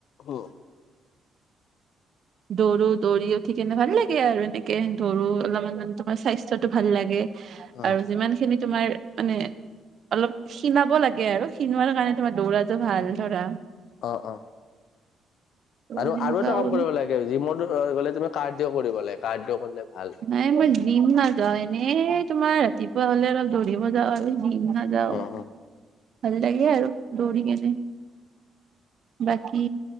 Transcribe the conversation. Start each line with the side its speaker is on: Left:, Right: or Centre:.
Left: হ
Right: দৌৰো, দৌৰি উঠি কেনে ভাল লাগে আৰু এনেকে দৌৰো অলপমান তোমাৰ স্বাস্থ্যটো ভাল লাগে।
Left: অ',
Right: আৰু যিমানখিনি তোমাৰ মানে অলপ ক্ষীনাব লাগে আৰু ক্ষীনোৱাৰ কাৰণে তোমাৰ দৌৰাটো ভাল ধৰা
Left: অ অ
Right: ত'
Left: আৰু
Right: সেনেকুৱা
Left: আৰু এটা কাম
Right: কৰো
Left: কৰিব লা গে জিমত গ'লে তুমি কাৰ্দ্য কৰিব লাগে, কাৰ্দ্য কৰিলে ভাল।
Right: নাই, মই জিম নাযাওঁ এনেই তোমাৰ ৰাতিপুৱা হলে অলপ দৌৰিব যাওঁ আৰু। জিম নাযাও।
Left: অ',
Right: ভাল লাগে আৰু দৌৰি কেনে বাকি